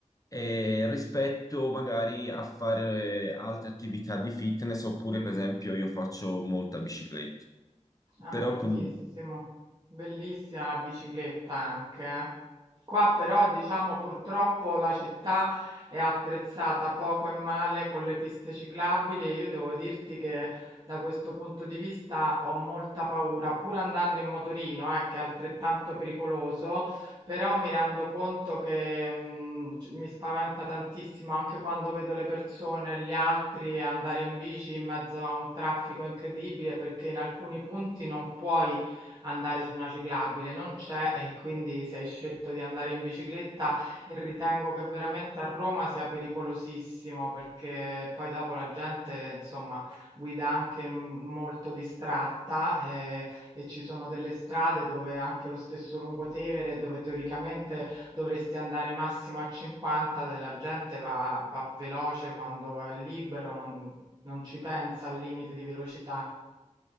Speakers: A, on the left; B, on the right.
A: eh, rispetto magari a fare altre attività di fitness oppure per esempio io faccio molta bicicletta.
B: Ah,
A: Però
B: bellissimo.
A: comunque
B: Bellissima la bicicletta anche. eh. Qua però diciamo purtroppo la città è attrezzata poco e male con le piste ciclabili e io devo dirti che da questo punto di vista ho molta paura, pur andando in motorino, eh, che è altrettanto pericoloso. però mi rendo conto che, mhmm, c mi spaventa tantissimo anche quando vedo le persone, gli altri andare in bici in mezzo a un traffico incredibile, perché in alcuni punti non puoi andare su una ciclabile, non c'è e quindi se hai scelto di andare in bicicletta e ritengo che veramente a Roma sia pericolosissimo, perché poi dopo la gente, insomma, guida anche, mhmm, molto distratta, ehm e ci sono delle strade dove anche lo stesso Lungotevere, dove teoricamente dovresti andare massimo a 50, de- la gente va, va veloce quando è libero, non, non ci pensa al limite di velocità.